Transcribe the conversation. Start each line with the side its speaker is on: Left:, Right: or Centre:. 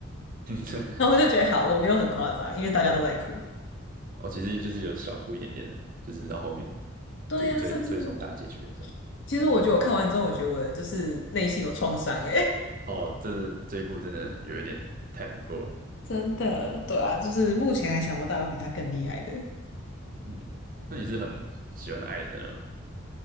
Right: <laughs>
Left: <laughs> 然后我就觉得好，我没有很夸张，因为大家都在哭。
Right: 哦，其实就是有小哭一点点的，就是到后面，
Left: 对呀、
Right: 就是最最终大结局的时候。
Left: 是不是？其实我觉得我看完之后，我觉得我的就是内心有创伤哎、
Right: 哦，这这一部真的有一点太难过了。
Left: 真的，对啊，就是目前还想不到有比他更厉害的。
Right: 嗯，那你是很喜欢艾琳的人吗？